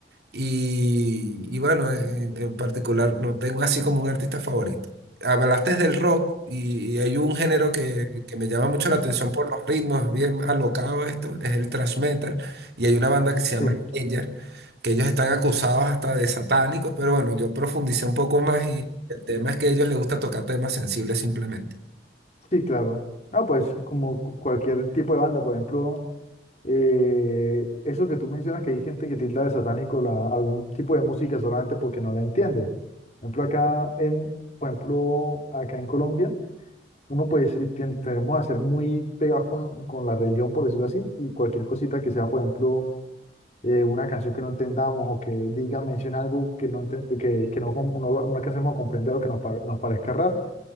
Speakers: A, on the right; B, on the left.
A: Y, y bueno, en, en particular no tengo así como un artista favorito. Hablaste del rock y, y hay un género que, que me llama mucho la atención por los ritmos, bien alocado esto, es el thrash metal. Y hay una banda que se
B: Sí.
A: llama Slayer, que ellos están acusados hasta de satánicos, pero bueno, yo profundicé un poco más y el tema es que a ellos les gusta tocar temas sensibles simplemente.
B: Sí, claro. No, pues como cu- cualquier tipo de banda, por ejemplo, eh, eso que tú mencionas, que hay gente que tilda de satánico la, algún tipo de música solamente porque no la entienden. Por ejemplo, acá en, por ejemplo, acá en Colombia, uno pues eh, tien- tenemos a ser muy pegados con, con la religión, por decirlo así, y cualquier cosita que sea, por ejemplo, eh, una canción que no entendamos o que diga, menciona algo que no, enten- que, que no, com- no, no alcancemos a comprender o que nos, pare- nos parezca raro